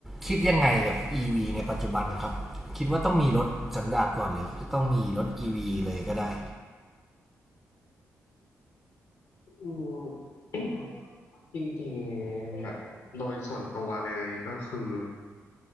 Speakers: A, in the centre; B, on the left (about 75°).
A: คิดยังไงกับ EV ในปัจจุบันครับคิดว่าต้องมีรถสันดาปก่อนหรือต้องมีรถ EV เลยก็ได้
B: อืม <coughs> จริงๆแบบโดยส่วนตัวเลยก็คือ